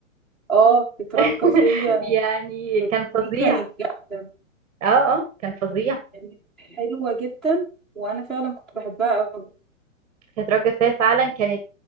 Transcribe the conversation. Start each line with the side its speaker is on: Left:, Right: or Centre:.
Centre: اه تترجى
Right: <laughs>
Centre: فيا
Right: يعني كان فظيع
Centre: دي كانت جامدة
Right: اه اه كان فظيع
Centre: كانت حلوة جدا وأنا فعلا كنت بحبها أوي
Right: تترجى فيا فعلا كانت